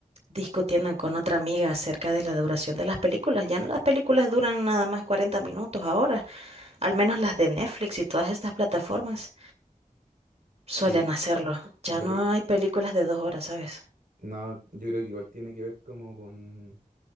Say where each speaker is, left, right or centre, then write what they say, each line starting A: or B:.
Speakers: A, on the right; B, on the right.
A: discutiendo con otra amiga acerca de la duración de las películas. Ya no las películas duran nada más 40 minutos ahora. Al menos las de Netflix y todas estas plataformas suelen
B: Sí,
A: hacerlo. Ya
B: yo
A: no
B: creo,
A: hay películas de dos horas, ¿sabes?
B: no, yo creo que igual tiene que ver como con